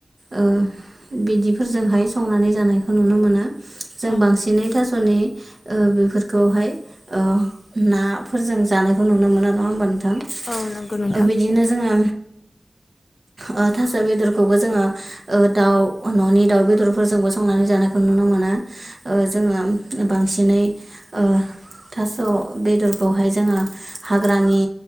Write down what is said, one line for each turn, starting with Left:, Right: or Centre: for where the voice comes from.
Right: ओ बिदिफोरजोंहाय संनानै जानायखौ नुनो मोनो जों
Left: औ
Right: बांसिनै थास'नि, ओ बेफोरखौहाय ओ नाफोरजों जानायखौ नुनो मोनो नङा होमबा नो थां
Left: औ नंगौ नोंथां
Right: ओ बिदिनो जोङो, ओ थास' बेदरखौबो जोङो दाउ न'नि दाउ बेदरफोरजोंबो संनानै जानायखौ नु नुनो मोना ओ जोङो बांसिनै ओ, थास' बेदरखौहाय जोङो हाग्रानि